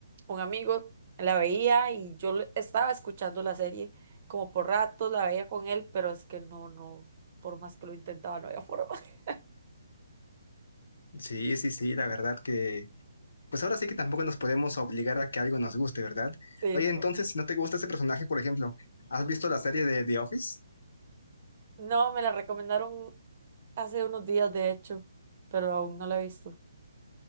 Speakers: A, on the right; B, on the left.
A: un amigo la veía y yo le- estaba escuchando la serie como por ratos, la veía con él, pero es que no, no, por más que lo intentaba, no había forma. <laughs>
B: Sí, sí, sí, la verdad que, pues ahora sí que tampoco nos podemos obligar a que algo nos guste, ¿verdad?
A: Sí,
B: Oye,
A: no.
B: entonces, si no te gusta ese personaje, por ejemplo, ¿has visto la serie de The Office?
A: No, me la recomendaron hace unos días, de hecho, pero aún no la he visto.